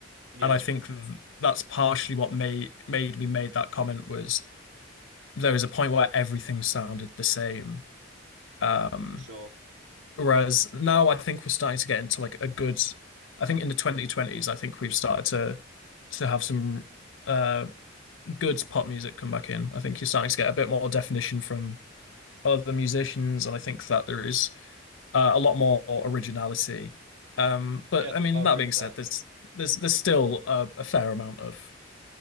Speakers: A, on the right (about 65°); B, on the left (about 80°).
A: Yeah,
B: and I think th- that's partially what made made me made that comment was there was a point where everything sounded the same.
A: mm,
B: Um,
A: for sure.
B: whereas now I think we're starting to get into like a good, I think in the 2020s, I think we've started to to have some uh good pop music come back in. I think you're starting to get a bit more definition from other musicians, and I think that there is uh, a lot more originality. Um, but
A: Yeah,
B: I mean,
A: I agree
B: that being
A: with
B: said,
A: that.
B: there's there's there's still a, a fair amount of